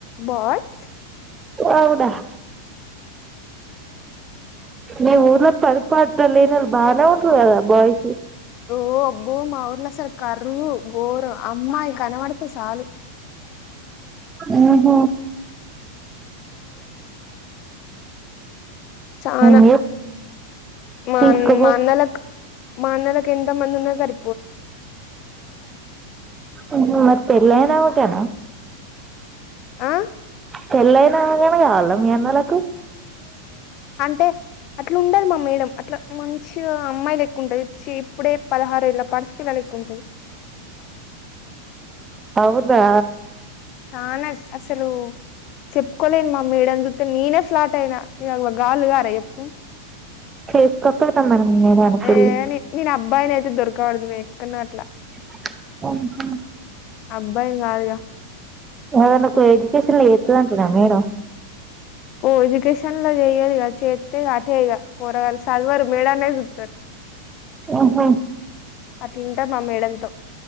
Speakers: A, on the left; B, on the right.
A: బాయ్స్
B: అవుడా మీ ఊర్లో పని పాట లేనోర్లు బానే ఉన్నరు కదా బాయిస్
A: ఓ అబ్బో మా ఊర్లా అసలు కరువు గోరం అమ్మాయి కనబడితే సాలు.
B: ఊహ్మ్
A: చానా
B: మీరు
A: మా
B: తీసుకోపో
A: అన్ మా అన్నలక్ మా అన్నల కెంత మంద్ ఉన్నా సర్
B: ఊ మరి పెళ్లయిన ఓకేనా?
A: ఆ
B: పెళ్లైనాగ ఇంకా కావాలా మీ అన్నలకు.
A: టే అట్లా ఉండదు మా మేడం అట్లా మంచిగా అమ్మాయి లెక్కుంటది. చీ ఇప్పుడే పదహారేళ్ల పడుచు పిల్ల లెక్క ఉంటది.
B: అవునా?
A: చాన అస్ అసలు చెప్పుకోలేను మా మేడన్నీ చూత్తే నేనే ఫ్లాట్ అయినా. ఇగ గాళ్ళు గారా చెప్పు
B: ఫేస్ <unintelligible>
A: ఏ
B: <unintelligible>
A: నే నేను అబ్బాయినైతే దొరకబడుద్ దేక్తున్న అట్లా.
B: అహా
A: అబ్బాయిని కాదుగా
B: అదనకు ఎడ్యుకేషన్ లో ఎత్తది అంటనా మేడం
A: కో ఎడ్యుకేషన్ లో వెయ్యరు గద్ చెత్తే అటే ఇగా పొరగాళ్ళు సదవరు మేడాన్నే సూత్తరు.
B: అహా
A: అట్లుంటది మా మేడంతో.